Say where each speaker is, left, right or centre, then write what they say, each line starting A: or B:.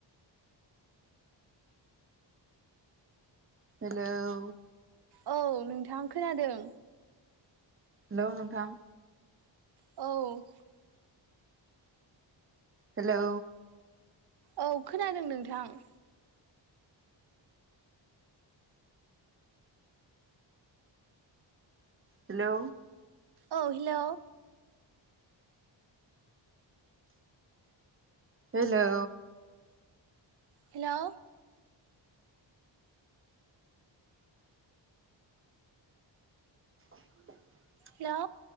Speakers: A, on the right (about 30°); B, on the right (about 55°).
A: हेलौ
B: औ नोंथां खोनादों।
A: हेलौ नोंथां
B: औ।
A: हेलौ
B: औ खोनादों नोंथां।
A: हेलौ।
B: औ hello.
A: Hello
B: hello
A: <unintelligible>
B: Hello.